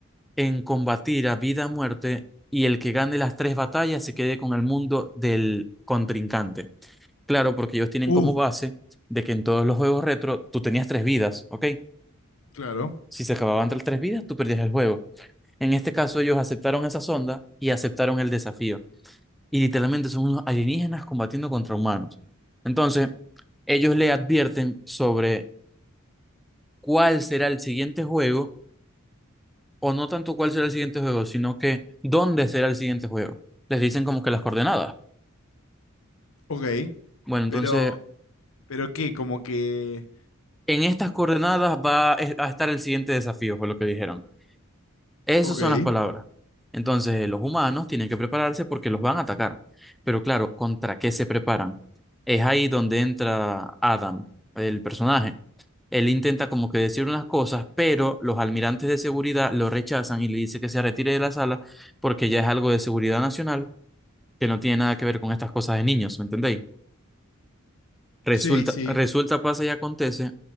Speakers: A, in the centre; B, on the left (about 70°).
A: en combatir a vida o muerte y el que gane las tres batallas se quede con el mundo del contrincante. Claro, porque ellos tienen
B: Uh,
A: como base de que en todos los juegos retro tú tenías tres vidas, ¿ok?
B: claro.
A: Si se acababan las tres vidas, tú perdías el juego. En este caso, ellos aceptaron esa sonda y aceptaron el desafío. Y literalmente son unos alienígenas combatiendo contra humanos. Entonces, ellos le advierten sobre cuál será el siguiente juego, o no tanto cuál será el siguiente juego, sino que dónde será el siguiente juego. Les dicen como que las coordenadas.
B: Ok.
A: Bueno, entonces,
B: Pero, ¿pero qué? Como que...
A: en estas coordenadas va a a estar el siguiente desafío, fue lo que dijeron. Esas
B: Ok.
A: son las palabras. Entonces, los humanos tienen que prepararse porque los van a atacar. Pero claro, ¿contra qué se preparan? Es ahí donde entra Adam, el personaje. Él intenta como que decir unas cosas, pero los almirantes de seguridad lo rechazan y le dice que se retire de la sala porque ya es algo de seguridad nacional que no tiene nada que ver con estas cosas de niños, ¿me entendéis? Resulta,
B: Sí, sí.
A: resulta, pasa y acontece